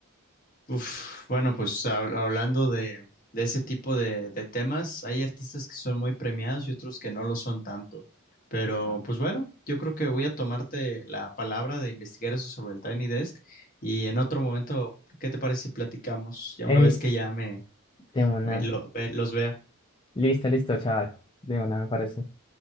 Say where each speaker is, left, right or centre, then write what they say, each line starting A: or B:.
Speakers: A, on the left; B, on the left.
A: Uf, bueno, pues hab- hablando de, de ese tipo de, de temas, hay artistas que son muy premiados y otros que no lo son tanto. Pero pues bueno, yo creo que voy a tomarte la palabra de investigar eso sobre el Tiny Desk y en otro momento, ¿qué te parece si platicamos ya
B: Ey,
A: una vez que ya me,
B: de una.
A: me lo- ve- los vea?
B: Listo, listo, chaval. De una, me parece.